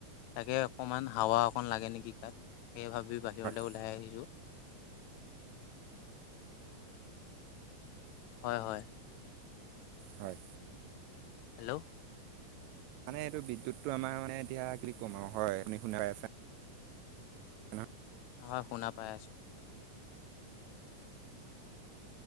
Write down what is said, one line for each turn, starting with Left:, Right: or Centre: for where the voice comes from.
Left: তাকে অকমান হাৱা অকন লাগে নেকি তাত সেই ভাবি বাহিৰলৈ
Right: হয়
Left: ওলাই আহিছো হয় হয়
Right: হয়
Left: হেল্ল'
Right: মানে এইটো বিদ্যুতটো আমাৰ মানে এতিয়া কি কম আৰু হয় আপুনি শুনাই আছা অ
Left: হয় শুনা পাই আছো